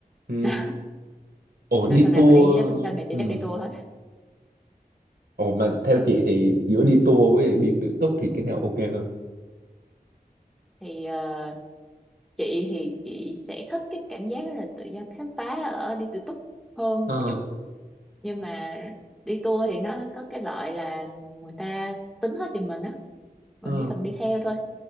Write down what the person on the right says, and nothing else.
ừ.
Ồ, đi
tour.
Ừ.
Ồ mà theo chị thì giữa đi tour với đi tự túc thì cái nào ok hơn?
Ờ,
ờ,